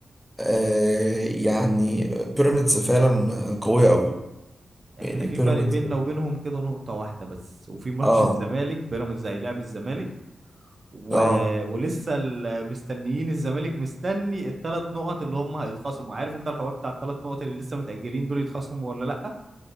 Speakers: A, in the centre; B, on the right.
A: آه يعني بيراميدز فعلا قوية قوي
B: احنا
A: يعني
B: في
A: بيراميدز
B: فرق بيننا وبينهم كده نقطه واحده بس وفي ماتش
A: اه
B: الزمالك بيراميدز هيلاعب الزمالك و...
A: اه
B: ولسه ال- مستنيين الزمالك مستني الثلاث نقط اللي هم هيتخصموا عارف انت الحوار بتاع الثلاث نقط اللي لسه متأجلين دول يتخصموا ولا لأ